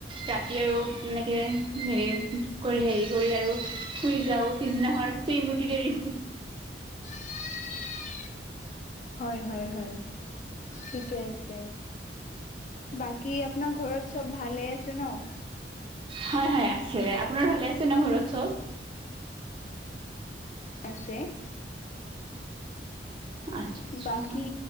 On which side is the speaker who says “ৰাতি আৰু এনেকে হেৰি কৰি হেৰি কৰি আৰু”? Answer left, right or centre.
Right